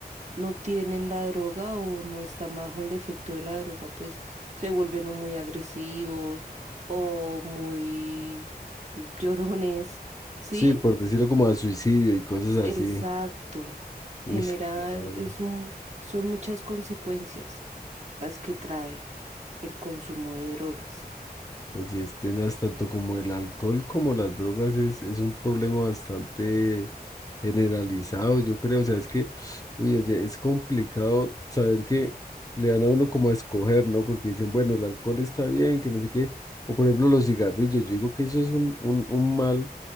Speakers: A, on the right (about 45°); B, on the left (about 20°).
A: no tienen la droga o no están bajo el efecto de la droga, pues se vuelven o muy agresivos o muy llorones, ¿sí?
B: Sí, por decirlo como a suicidio y cosas
A: S-
B: así.
A: Exacto.
B: Uy,
A: Genera,
B: sí, claro.
A: es, mu- son muchas consecuencias las que trae el consumo de drogas.
B: Oye, este, Nas, tanto como el alcohol como las drogas es, es un problema bastante generalizado, yo creo, o sea, es que, uy, oye, es complicado saber que le dan a uno como a escoger, ¿no? Porque dicen, bueno, el alcohol está bien, que no sé qué, o por ejemplo los cigarrillos, yo digo que eso es un, un, un mal